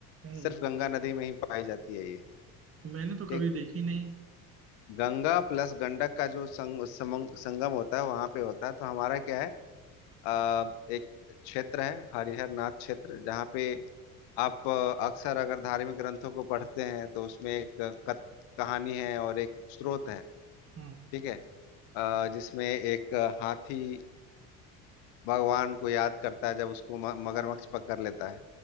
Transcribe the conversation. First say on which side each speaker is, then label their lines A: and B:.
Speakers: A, on the right; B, on the left.
A: हम्म
B: सिर्फ गंगा नदी में ही पाई जाती है ये
A: मैंने तो कभी
B: ठीक
A: देखी नहीं
B: गंगा प्लस गंडक का जो संग, समंग, संगम होता है वहां पे होता है तो हमारा क्या है आ, एक क्षेत्र है हरिहर नाथ क्षेत्र जहाँ पे आप अ, अक्सर अगर धार्मिक ग्रंथों को पढ़ते हैं तो उसमें एक कथ, कहानी है और एक स्रोत है
A: हम्म
B: ठीक है अ, जिसमें एक हाथी भगवान को याद करता है जब उसको म- मगरमच्छ पकड़ लेता है